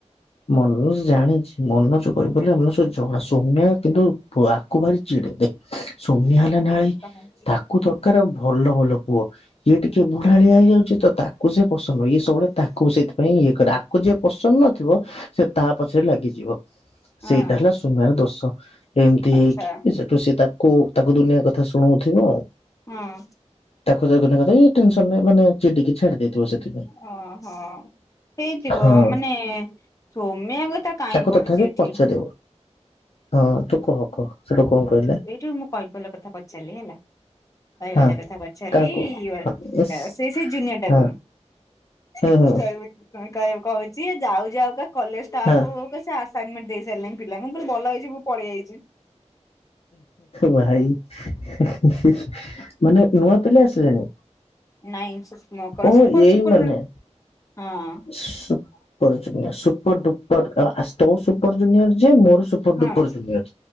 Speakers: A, on the left; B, on the left.
A: ମନୋଜ ଜାଣିଛି ମନୋଜ କହିବୁ ବଲେ ଆମ ସହ ଝଗଲା ସୌମ୍ୟା କିନ୍ତୁ ପୁଆ ତାକୁ ଭାରି ଚିଡ଼େ ଦେଖ ସୌମ୍ୟା ହେଲା ନାଳେଇ
B: ହଁ
A: ତାକୁ ଦରକାର ଆଉ ଭଲ ଭଲ ପୁଅ ଇଏ ଟିକେ ବୁଢାଳିଆ ହେଇଯାଉଛି ତ ତାକୁ ସେ ପସନ୍ଦ ନ ଇଏ ସବୁବେଳେ ତାକୁ ସେଇଥିପାଇଁ ଇଏ କରେ ଆକୁ ଯିଏ ପସନ୍ଦ ନଥିବ ସେ ତା ପଛରେ ଲାଗିଯିବ।
B: ହଁ
A: ସେଇଟା ହେଲା ସୌମ୍ୟା ର ଦୋଷ ଏମିତି ହେଇକି
B: ଆଚ୍ଛା
A: ସେ ତ ସେ ତାକୁ ତାକୁ ଦୁନିଆ କଥା ଶୁଣଉଥିବ ଆ
B: ହଁ।
A: ତାକୁ ତ ଦୁନିଆ କଥା ୟେ ଟେନସନ ରେ ମାନେ ଚିଡିକି ଛାଡି ଦେଇଥିବ ସେଥିପାଇଁ।
B: ହଁ ହଁ। ହେଇଥିବ
A: ହଁ।
B: ମାନେ ସୋମ୍ୟା କଥା କାହିଁ
A: ତାକୁ ତଥାପି
B: ପଡିଛି ଏଠି
A: ପଚାରିବ ହଁ ତୁ କହ କହ ସେଠୁ କଣ କହିଲେ?
B: ଏଇଠୁ ମୁଁ କୈବଲ୍ୟ କଥା ପଚାରିଲି ହେଲା। କୈବଲ୍ୟ
A: ହଁ
B: କଥା ପଚାରିଲି
A: କାହାକୁ
B: ଆ
A: ଏସ
B: ସେ ସେ ଜୁନିୟର ଟାକୁ।
A: ହଁ
B: <unintelligible>
A: ହଁ
B: କହ କହୁଛି ଯାଉ ଯାଉକା କଲେଜ ଷ୍ଟାର୍ଟ
A: ହଁ
B: ହଉ ହଉ କା ସେ ଆସ ସରମେଣ୍ଟ ଦେଇ ସାରିଲେଣି ପିଲାଙ୍କୁ ମୁଁ କହିଲି ଭଲ ହେଇଛି ମୁ ପଳେଆଇଚି।
A: ଭାଇ। ମାନେ ନୂଆ ପିଲା ଆସିଲେଣି
B: ନାଇଁ କଣ
A: ଓ
B: ସୁପର
A: ଏଇ
B: ସୁପର
A: ମାନେ।
B: ହଁ।
A: ସୁପର ଜୁନିୟର ସୁପର ଡୁପର ଆ ତ ତୋ ସୁପର ଜୁନିୟର ଯେ ମୋର ସୁପର
B: ହଁ
A: ଡୁପର ଜୁନିଅର